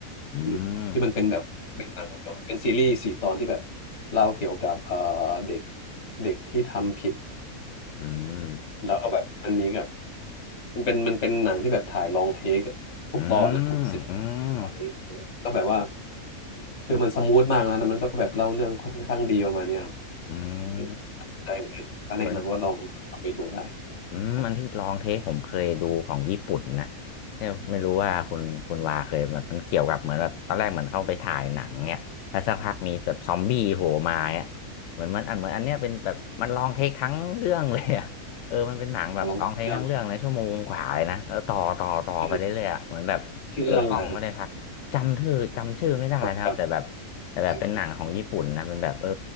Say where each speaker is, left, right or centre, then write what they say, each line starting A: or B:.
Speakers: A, on the left (about 65°); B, on the left (about 35°).
A: อื
B: ดูที่มันเป็นแบบเป็นหนังเป็นซีรีส์สี่ตอนที่แบบ
A: ม
B: เล่าเกี่ยวกับเอ่อเด็กเด็กที่ทำผิด
A: อืม
B: แล้วก็แบบมันมีกับมันเป็นมันเป็นหนังที่แบบถ่ายลองเทคทุกตอนอะทุกสิบ
A: อืมอืม
B: ตอนนี้แล้วแบบว่า คือมันสมูทมากนะแล้วมันก็แบบเล่าเรื่องค่อนข้างดีประมาณเนี้ยครับ
A: อืม
B: อืมได้เหมือนกันถ้าแนะนำว่าลองลอาไปดูได้
A: เออ อืมอันที่ลองเทคผมเคยดูของญี่ปุ่นนะ
B: ใช่
A: เนี่ยไม่รู้ว่าคุณคุณวาเคยมันมันเกี่ยวกับเหมือนแบบตอนแรกเหมือนเข้าไปถ่ายหนังเนี่ยแล้วสักพักมีแบบซอมบี้โผล่มาเนี่ยเหมือนมันอันเหมือนอันเนี้ยเป็นแบบมันลองเทคทั้งเรื่องเลยอ่ะ <laughs> เออมันเป็นหนังแบบลองเทคทั้งเรื่องเลยชั่วโมงกว่าเลยนะแล้วต่อต่อต่อไปเรื่อยๆอะเหมือนแบบเออกล้องไม่ได้พักจำชื่อจำชื่อไม่ได้นะครับแต่แบบ
B: ผมลองที่เรื่องชื่อชื่อเรื่องอะไรกดจำ
A: แต่แบบเป็นหนังของญี่ปุ่นนะเป็นแบบเออ
B: กัน